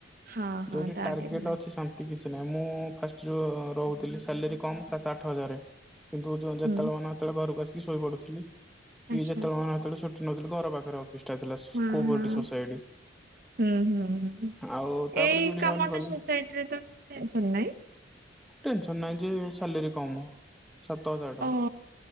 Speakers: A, on the right (about 50°); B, in the centre.
A: ହଁ ହଁ
B: ଯୋଉଠି ଟାର୍ଗେଟ
A: ନାହିଁ।
B: ଅଛି ଶା ତି କିଛି ନାହିଁ। ମୁଁ ଫାଷ୍ଟ ଯେଉଁ ରହୁଥିଲି ସାଲେରୀ କମ୍ ସାତ ଆଠ ହଜାରରେ କିନ୍ତୁ ଯେତେବେଳେ
A: ହୁଁ
B: ମନ ହେତେବେଳେ ଘରକୁ ଆସିକି ଶୋଇ ପଡୁଥିଲି। କି
A: ଆଚ୍ଛା
B: ଯେତେବେଳେ ମନ ହେତେଳେ ଛୁଟି ନଉଥିଲି ଘର ପାଖରେ ଅଫିସିଟା ଥିଲା
A: ହଁ
B: କୋ
A: ହଁ
B: ପରିଟି ସୋସାଇଟି।
A: ହୁଁ- ହୁଁ- ହୁଁ,
B: ଆଉ ତାପରେ
A: ଏଇ
B: ଯୋଉଠି
A: କାମ
B: ଜଏନ୍ କଲି
A: ତ ସୋସାଇଟି ରେ ତ କିଛି ଟେନସନ ନାହିଁ।
B: ଟେନସନ ନାହିଁ ଯେ ସାଲେରୀ କମ ସାତ ହଜାର ଟଙ୍କା।
A: ଓ